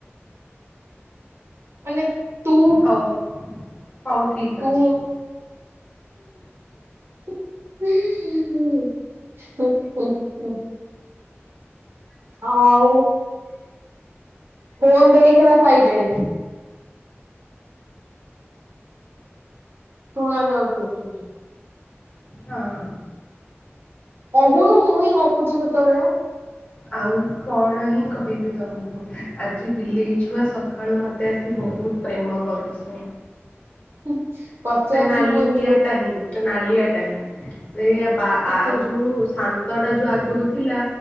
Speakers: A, on the right; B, on the left.
A: ମାନେ ତୁ
B: ହଉ ହଉ ଠିକ
A: ତୁ
B: ଅଛି।
A: <unintelligible> ହୁଁ ହଁ ହୁଁ ହୁଁ। ଆଉ। ଫୋନ ଦେଖ ନା ସାଇଡରେ ଶୁଣା ଯାଉଛି ଏଠିକି
B: ହଁ।
A: କହୁନୁ ମୁଁ ହିଁ ଗପୁଚି ସେତବେଳୁ।
B: ଆଉ କଣ ହିଁ କହିବି ତମକୁ। ଆଜି ବିଲେଇ ଛୁଆ ସକା ଆଳୁ ମୋତେ ଆସି ବହୁତ ପ୍ରେମ କରୁଛି।
A: <unintelligible>
B: ସେ ନାଲିଆ
A: ଏମିତି ଲୋକଙ୍କୁ
B: ଆଟା ହିଁ ସେ ନାଲିଆଟା। କାହିଁ। ସେ ବା
A: ପଚାରିବୁ
B: ଆ ଯୋଉ ଶା। ତଡା ଯୋଉ ଆଗରୁ ଥିଲା